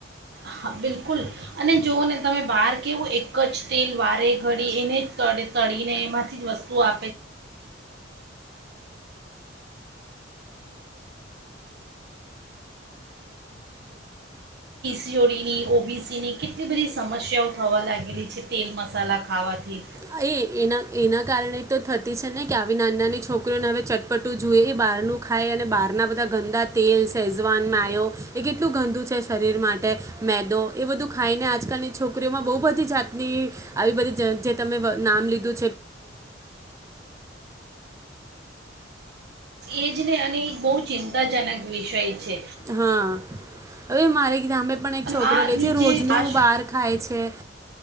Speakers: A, on the right; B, on the right.
A: હા બિલકુલ અને જોઓ ને તમે બહાર કવું એક જ તેલ વારે ઘડી એને જ તે તળીને એમાંથી જ વસ્તુ આ સીઓડીની ઓપીસીની કેટલી બધી સમસ્યાઓ થવા લાગેલી છે તેલ મસાલા ખાવાથી
B: હા એ એના કારણે તો થતી છે ને કે આ તમે નામ લીધું
A: એજ ને અને એક બહુ ચિંતાજનક વિષય છે.
B: હા હવે મારે <unintelligible> પણ એક
A: અને
B: છોકરો
A: આની
B: રે છે રોજનું
A: જે ફાસ્ટ
B: બહાર ખાય છે